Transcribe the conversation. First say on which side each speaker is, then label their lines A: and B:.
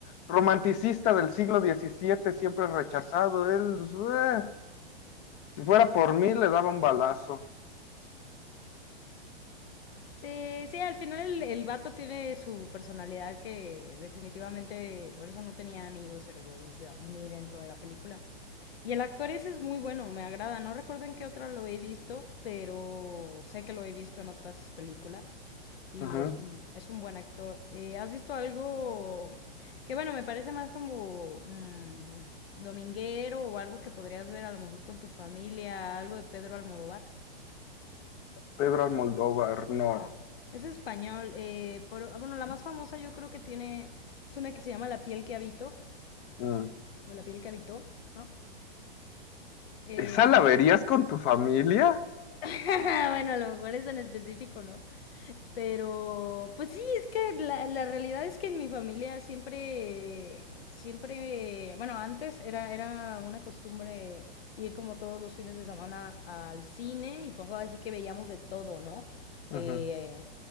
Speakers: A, on the left (about 35°); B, on the left (about 70°).
A: romanticista del siglo XVII, siempre rechazado, él, pues, eh, si fuera por mí, le daba un balazo.
B: Sí, sí, al final el, el vato tiene su personalidad que definitivamente por eso no tenía amigos el güey de- ni dentro de la película. Y el actor ese es muy bueno, me agrada. No recuerdo en qué otra lo he visto, pero sé que lo he visto en otras películas y
A: Ujú.
B: es un, es un buen actor. Eh, ¿has visto algo que, bueno, me parece más como mm, dominguero o algo que podrías ver a lo mejor con tu familia, algo de Pedro Almodóvar?
A: Pedro Almodóvar, no.
B: Jalo. Es español. eh, por- bueno, la más famosa yo creo que tiene. Es una que se llama La piel que habito.
A: Mm.
B: O La piel que habitó, ¿no? Eh,
A: ¿Esa la verías con tu familia?
B: <laughs> bueno, a lo mejor es en específico, ¿no? Pero. Pues sí, es que la, la realidad es que en mi familia siempre. Siempre. Bueno, antes era, era una costumbre ir como todos los fines de semana al cine y pues ahora sí que veíamos de todo, ¿no?
A: Ujú.
B: Eh,